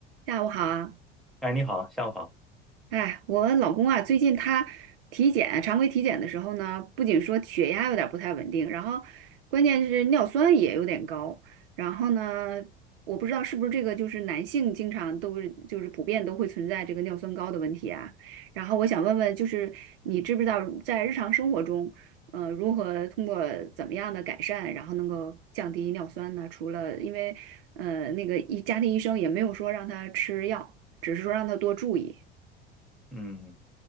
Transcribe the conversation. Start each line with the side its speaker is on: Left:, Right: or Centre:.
Right: 下午好啊，
Centre: 哎，你好，下午好。
Right: 哎，我老公啊，最近他体检，常规体检的时候呢，不仅说血压有点不太稳定，然后关键是尿酸也有点高。然后呢，我不知道是不是这个就是男性经常都是就是普遍都会存在这个尿酸高的问题啊。然后我想问问，就是你知不知道在日常生活中，呃，如何通过怎么样的改善，然后能够降低尿酸呢？除了因为呃那个医家庭医生也没有说让他吃药，只是说让他多注意。
Centre: 嗯，